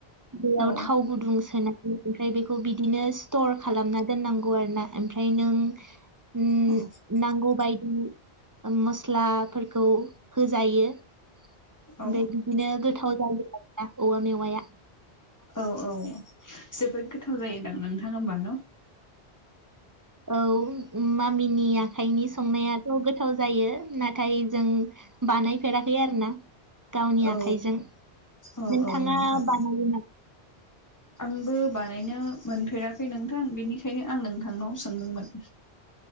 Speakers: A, on the right (about 20°); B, on the left (about 15°).
A: बेयाव
B: औ
A: थाव गुदुं सोनानै ओमफ्राय बेखौ बिदिनो स्टर खालामना दोननांगौ आरो ना ओमफ्राय नों उम
B: औ
A: नांगौ <unintelligible> मस्लाफोरखौ होजायो ओमफ्राय
B: औ
A: बिदिनो गोथाव जायो। औ मेवाइया
B: औ औ जोबोद गोथाव जायोदां नोंथां होमबा न'।
A: औ मामिनि आखाइनि संनायाथ' गोथाव जायो। नाथाय जों बानायफेराखै आरोना। गावनि
B: औ
A: आखाइजों। नोंथाङा
B: औ औ नोंथां
A: बानायो नामा?
B: आंबो बानायनो मोनफेराखै नोंथां बेनिखायनो आं नोंथांनाव सोंदोंमोन।